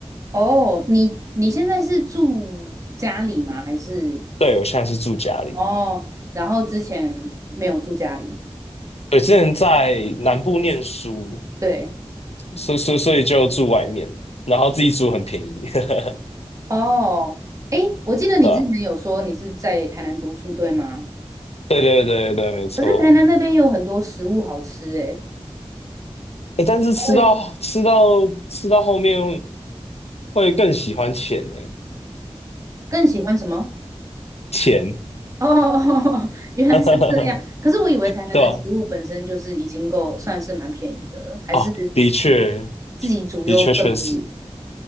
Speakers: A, on the right; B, on the left.
A: 哦，你你现在是住家里吗？还是
B: 对，我现在是住家里。
A: 哦，然后之前没有住家里？
B: 对，之前在南部念书，
A: 对，
B: 所以所以所以就住外面，然后自己煮很便宜，<laughs>
A: 哦，诶，我记得你之前有说你是在台南读书，
B: 对吧？
A: 对吗？
B: 对对对对，没错。
A: 可是台南那边有很多食物好吃，诶，
B: 诶，但是吃到吃到吃到后面
A: 对，
B: 会更喜欢钱呢，
A: 更喜欢什么？
B: 钱，
A: 哦，<laughs> 原来是这样。
B: <laughs>
A: 可是我以为台南的食物本身就是已经够算是蛮便宜的了，
B: 对吧？
A: 还是
B: 哦，的确，
A: 嗯自己煮又更便宜？
B: 的确确实。